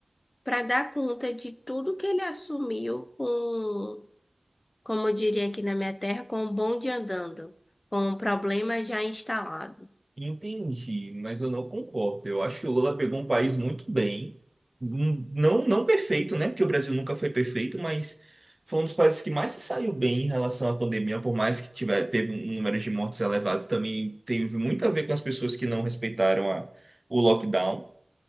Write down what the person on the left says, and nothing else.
para dar conta de tudo que ele assumiu com, como eu diria aqui na minha terra, com o bonde andando, com o problema já instalado.